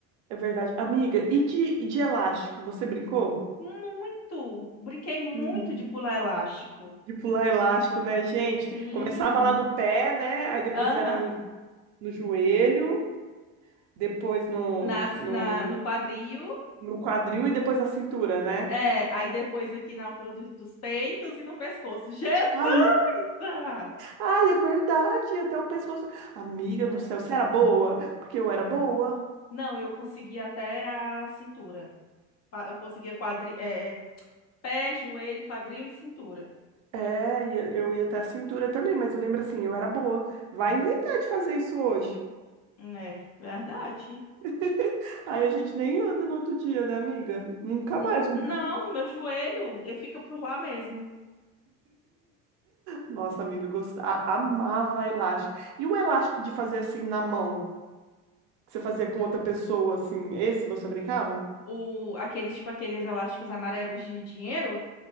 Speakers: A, on the right; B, on the left.
A: É verdade. Amiga, e de, e de elástico? Você brincou?
B: Muito! Brinquei muito
A: Hum,
B: de pular elástico.
A: de pular elástico, né, gente?
B: Sim.
A: Começava lá no pé, né? Aí depois
B: Aham.
A: era no, no joelho, depois no,
B: Na,
A: no,
B: na,
A: no,
B: no quadril.
A: no quadril e depois na cintura, né?
B: É, aí depois aqui na altura dos dos peitos e no pescoço. <laughs> Jesus!
A: Ai,
B: amado!
A: Ai, é verdade, até o pescoço. Amiga
B: Ai.
A: do céu, você era boa? Porque eu era boa.
B: Não, eu consegui até a cintura. Pa- Eu conseguia quadri, é, pé, joelho, quadril e cintura.
A: É, e eu ia até a cintura também, mas eu lembro assim, eu era boa. Vai inventar de fazer isso hoje.
B: É, verdade.
A: <laughs> Aí a gente nem anda no outro dia, né, amiga? Nunca
B: N-
A: mais. Um...
B: não, meu joelho eh, fica por lá mesmo.
A: Nossa, amiga, eu gostava, amava elástico. E o elástico de fazer assim na mão, que você fazia com outra pessoa, assim, esse você brincava?
B: O, aqueles, tipo, aqueles elásticos amarelos de dinheiro.